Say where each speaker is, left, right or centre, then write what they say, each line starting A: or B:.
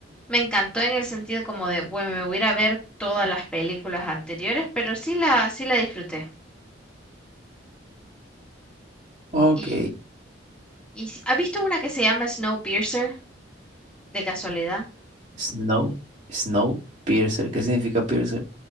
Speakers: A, in the centre; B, on the right.
A: me encantó en el sentido como de, bueno, me voy a ir a ver todas las películas anteriores, pero sí la, sí la disfruté.
B: Ok.
A: Y, y si- ¿ha visto una que se llama Snowpiercer, de casualidad?
B: Snow, Snow, Piercer. ¿Qué significa Piercer?